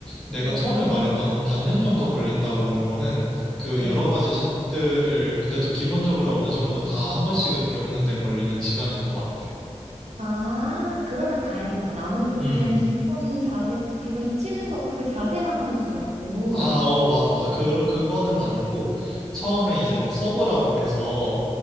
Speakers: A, in the centre; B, on the right.
A: 내가
B: 오,
A: 처음에 말했던 한 반년 정도 걸린다 그러는 거는 그
B: 어.
A: 여러 가지 샷들을 그래도 기본적으로 어느 정도 다 한 번씩은 배우는 데 걸리는 시간인 것 같아.
B: 아, 그러면 다행이다. 나는 또
A: 음.
B: 그냥 기본 자세, 기본 치는 거 그 자세만 하는 줄 알고.
A: 아, 어, 맞아, 맞아.
B: 아,
A: 그, 그거는 아니고, 처음에 이제 막 서브라고 해서,